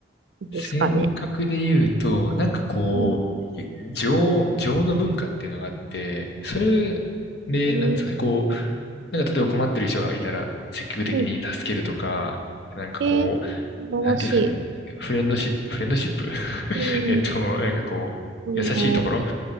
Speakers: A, on the right; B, on the left.
A: んですかね。
B: 性格で言うと、なんかこう、
A: うん。
B: い情、情の文化っていうのがあって、それで、
A: うん。
B: なんですかね、こう、なんか例えば困ってる人がいたら積極的に助けるとか、
A: うん
B: なんかこう、
A: えー、素晴らしい。
B: なんていうんですかね、フレンドシップ、フレンドシップ <laughs>
A: うん。
B: えっと、なんかこう、
A: うん、
B: 優しいところ
A: あ